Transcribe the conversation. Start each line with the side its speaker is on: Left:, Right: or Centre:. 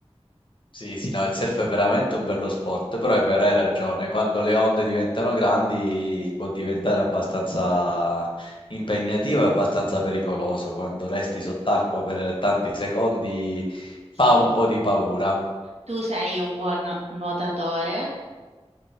Left: Sì, sì, no, il surf è veramente un bello sport, però è vero, hai ragione, quando le onde diventano grandi può diventare abbastanza impegnativo e abbastanza pericoloso, quando resti sott'acqua per tanti secondi
Right: Sì.
Left: fa un po' di paura.
Right: Tu sei un buon nuotatore?